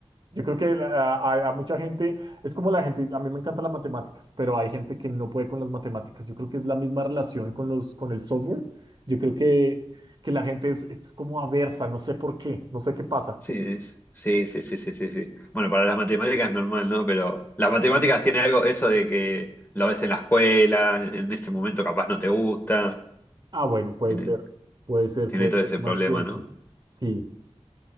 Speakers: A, on the right; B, on the left.
A: Yo creo que la- a, a mucha gente, es como la gente, a mí me encantan las matemáticas, pero hay gente que no puede con las matemáticas. Yo creo que es la misma relación con los, con el software. Yo creo que, que la gente es, es como aversa, no sé por qué, no sé qué pasa.
B: Sí, sí, sí, sí, sí, sí, sí. Bueno, para las matemáticas es normal, ¿no? Pero las matemáticas tiene algo, eso de que lo ves en la escuela, en ese momento capaz no te gusta.
A: Ah, bueno, puede
B: Tiene,
A: ser, puede ser,
B: tiene
A: puede
B: todo
A: ser
B: ese
A: más
B: problema,
A: tiempo.
B: ¿no?
A: Sí,